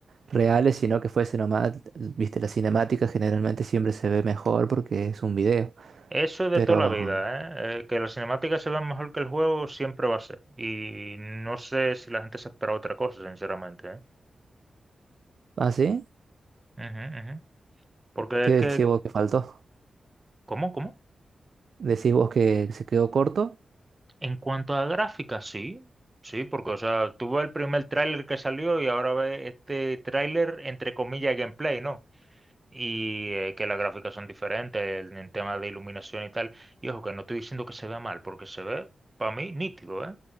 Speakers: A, on the right; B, on the right.
A: reales, sino que fuese nomás, viste, la cinemática generalmente siempre se ve mejor porque es un video.
B: Eso es de
A: Pero,
B: toda la vida, ¿eh? Eh, que las cinemáticas se vean mejor que el juego siempre va a ser. Y no sé si la gente se espera otra cosa, sinceramente, ¿eh?
A: ¿ah, sí?
B: Ujú, ujú. Porque
A: ¿Qué
B: es
A: decís
B: que,
A: vos que faltó?
B: ¿cómo, cómo?
A: ¿Decís vos que se quedó corto?
B: En cuanto a gráficas, sí, sí, porque, o sea, tú ves el primer tráiler que salió y ahora ves este tráiler, entre comillas, gameplay, ¿no? y eh, que las gráficas son diferentes en en temas de iluminación y tal. Y ojo, que no estoy diciendo que se vea mal, porque se ve, para mí, nítido, ¿eh?